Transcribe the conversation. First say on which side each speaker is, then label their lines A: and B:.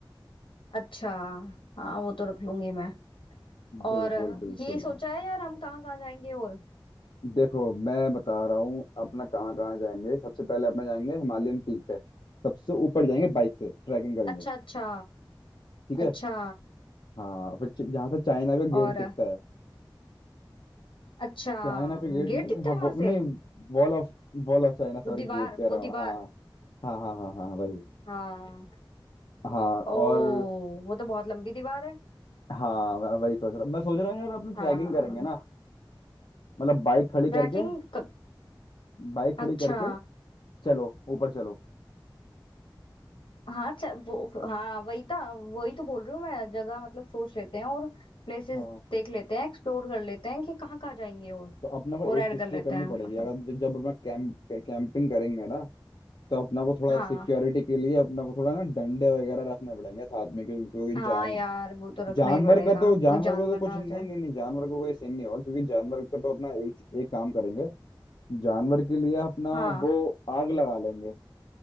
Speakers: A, on the left; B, on the left.
A: अच्छा हाँ वो तो रख लूंगी मैं और
B: बिल्कुल बिल्कुल
A: ये सोचा है यार हम कहाँ कहाँ जाएंगे और
B: देखो मैं बता रहा हूँ अपना कहाँ कहाँ जाएंगे सबसे पहले अपना जाएंगे हिमालयन पीक पे सबसे ऊपर जाएंगे बाइक से ट्रैकिंग करेंगे
A: अच्छा अच्छा
B: ठीक है
A: अच्छा
B: हाँ फिर च- जहाँ से चाइना का
A: और
B: गेट दिखता है
A: अच्छा
B: चाइना का गेट
A: गेट
B: नहीं
A: दिखता
B: हाँ
A: है
B: वो,
A: वहां
B: नहीं
A: से
B: wall of wall of China sorry
A: वो दीवार
B: gate कह
A: वो
B: रहा हूँ
A: दीवार
B: हाँ हाँ हाँ हाँ हाँ वही
A: हाँ
B: हाँ
A: ओ
B: और
A: वो तो बहुत लंबी दीवार है
B: हाँ मैं वही सोच रहा हूँ मैं सोच रहा हूँ यार अपने ट्रैकिंग
A: हाँ
B: करेंगे ना मतलब बाइक खड़ी करके
A: ट्रैकिंग क-
B: बाइक खड़ी
A: अच्छा
B: करके चलो ऊपर चलो
A: हाँ अच्छा वो हाँ वही था वही तो बोल रही हूँ मैं जगह मतलब सोच लेते हैं और प्लेसेस
B: हाँ
A: देख लेते हैं एक्सप्लोर कर लेते हैं कि कहाँ कहाँ जाएंगे और
B: तो अपना को
A: और
B: एक
A: ऐड
B: चीज
A: कर लेते
B: तो करनी
A: हैं
B: पड़ेगी
A: मतलब
B: अगर ज- जब अपना कैंप कैंपिंग करेंगे ना तो अपना को थोड़ा
A: हाँ
B: सिक्योरिटी के लिए अपना को थोड़ा ना डंडे वगैरह रखने पड़ेंगे साथ में क्योंकि क्योंकि
A: हाँ
B: जान
A: यार वो तो रखना
B: जानवर
A: ही पड़ेगा
B: का तो जानवर
A: कोई जानवर
B: को तो कुछ
A: ना
B: नहीं
A: आ जाए
B: नहीं नहीं जानवर को कोई सीन नहीं होगा क्योंकि जानवर का तो अपना एक एक काम करेंगे जानवर के लिए अपना
A: हाँ
B: वो आग लगा लेंगे